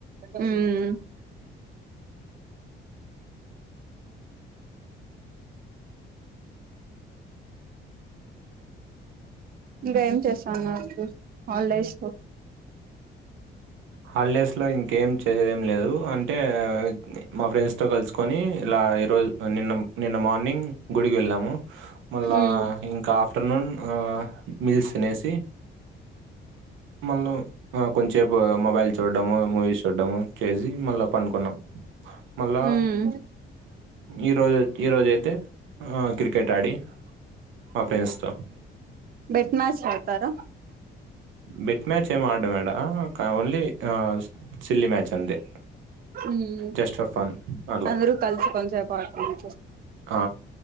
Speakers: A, on the right; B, on the right.
A: ఉమ్ ఇంకా ఏం చేస్తున్నారు హాలిడేస్ లో
B: హాలిడేస్లో ఇంకేం చేసేదేం లేదు అంటే మా ఫ్రెండ్స్తో కలుసుకొని ఇలా ఈరోజు నిన్న నిన్న మార్నింగ్ గుడికి వెళ్ళాము మళ్ళా
A: ఉమ్
B: ఇంకా ఫ్టర్నూన్ మీల్స్ తినేసి మల్ల ఆ కొంచెం వో మొబైల్ చూడము మూవీస్ చూడము చేజీ మళ్ళీ పనుకున్నాం మళ్ళా
A: ఉమ్
B: ఈ రోజు ఈ రోజు అయితే ఆ క్రికెట్ ఆడి మా ఫ్రెండ్స్ తో
A: మ్యాచులు ఆడుతారా
B: బిట్ మ్యాచ్ ఏం అడనాడా కా ఓన్లీ ఆ సిల్లీ మ్యాచ్ చ అంతే
A: హ్మ్
B: జస్ట్ ఫర్ ఫన్ అలా.
A: అందరు కలిసి కొంసేప్ పడుకోన్
B: ఆ